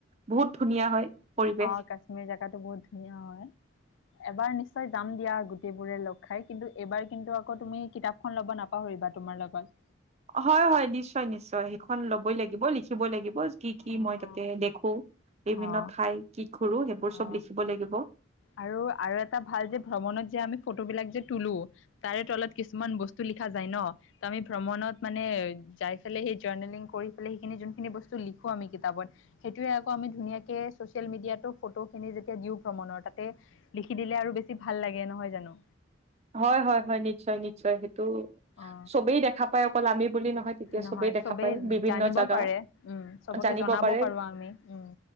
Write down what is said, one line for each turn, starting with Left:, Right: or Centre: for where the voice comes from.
Right: বহুত ধুনীয়া হয়। পৰিৱেশ
Left: অ কাশ্মীৰ জেগাতটো বহুত ধুনীয়া হয় এবাৰ নি নিশ্চয় যাম দিয়া গোটেইবোৰে লগ খাই কিন্তু এইবাৰ কিন্তু আকৌ তুমি কিতাপখন ল'ব নাপাহৰিবা তোমাৰ লগত।
Right: হয় হয় নিশ্চয় নিশ্চয় সেইখন লবই লাগিব লিখিব লাগিব। কি কি
Left: অ
Right: মই তাতে
Left: অ
Right: দেখো বিভিন্ন
Left: অ
Right: ঠাই কি ঘুৰো সেইবোৰ
Left: অ
Right: চব লিখিব লাগিব
Left: আৰু আৰু এটা ভাল যে ভ্ৰমণত যে আমি ফটোবিলাক যে তুলো তাৰে তলত কিছুমান বস্তু লিখা যায় ন ত আমি ভ্ৰমণত মানে যাই পেল সেই জাৰ্নেলিং কৰিবিলাই সেইখিনি যোনখিনি বস্তু লি লিখো আমি কিতাপত সেইটোৱে আকৌ আমি ধুনীয়াকে চচিয়েল মিডিয়াতো ফটো খিনি যেতিয়া দিওঁ ভ্ৰমণৰ তাতে লিখি দিলে আৰু বেছি ভাল লাগে নহয় জানো।
Right: হয় হয় হয় নিশ্চয় নিশ্চয় সেই ত'
Left: অ
Right: চবেই দেখা পায় অকল আমি বুলি নহয় তেতিয়া
Left: নহয়
Right: দেখা
Left: চবেই
Right: পায় বিভিন্ন
Left: জানিব
Right: জাগা
Left: পাৰে উম চবকে
Right: জানিব
Left: জনাব
Right: পাৰে
Left: পাৰো আমি উম